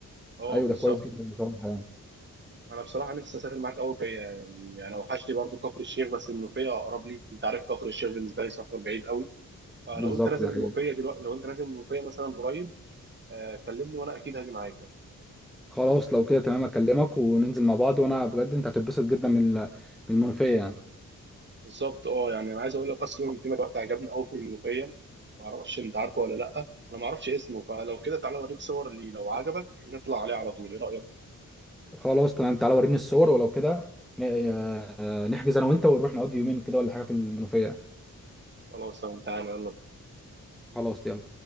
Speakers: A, on the right; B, in the centre.
A: اه
B: ايوه
A: بالظبط
B: ده كويس جدا بصراحه يعني
A: انا بصراحه نفسي اسافر معاك قوي فيا يعني انا وحشني برضو كفر الشيخ بس المنوفيه اقرب لي انت عارف كفر الشيخ بالنسبه لي سفر بعيد قوي فلو
B: بالظبط
A: انت نازل
B: ده
A: المنوفيه
B: حقيقة
A: دلوقتي لو انت نازل المنوفيه مثلا قريب آه، كلمني وانا اكيد هاجي معاك يعني.
B: خلاص لو كده تمام اكلمك وننزل مع بعض وانا بجد انت هتتبسط جدا من ال- من المنوفية يعني
A: بالظبط اه يعني انا عايز اقول لك اصلا في وقت عجبني قوي في الملوخيه ما اعرفش انت عارفه ولا لا انا ما اعرفش اسمه فلو كده تعالى اوريك صور ليه لو عجبك نطلع عليه على طول ايه رايك
B: خلاص تمام تعالى وريني الصور ولو كده ن- آه، نحجز انا وانت ونروح نقضي يومين كده ولا حاجة في المنوفية
A: خلاص تمام، تعالى يلا
B: خلاص يلا